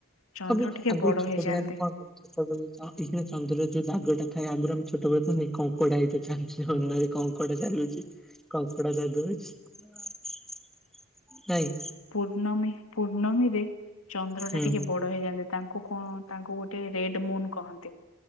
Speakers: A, on the left (about 80°); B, in the centre.
A: ଚନ୍ଦ୍ର
B: ସବୁ
A: ଟିକେ
B: ଆଗରୁ
A: ବଡ
B: ଛୋଟ
A: ହେଇଯାଆନ୍ତି
B: ପିଲା ମାନେ କଣ କହୁଚୁ ସେତେବେଳେ କଣ ଏଇ ଯୋ ଚନ୍ଦ୍ରର ଯୋଉ ଦାଗଟା ଥାଏ ଆମର ଛୋଟବେଳକୁ ନେଇ କଙ୍କଡ଼ା ଇତିରେ ଚାଲିଛ ଓଲୁଅ କଙ୍କଡା ଚାଲୁଛି କଙ୍କଡା ଦାଗ ଅଛି ହୁଁ ନାଇଁ।
A: ପୂର୍ଣ୍ଣମୀ ପୂର୍ଣ୍ଣମୀରେ ଚନ୍ଦ୍ର
B: ହୁଁ
A: ଟା ଟିକେ ବଡ ହେଇଯାଆନ୍ତି। ତାଙ୍କୁ କଣ ତାଙ୍କୁ ଗୋଟେ ରେଡ ମୁନ କହନ୍ତି।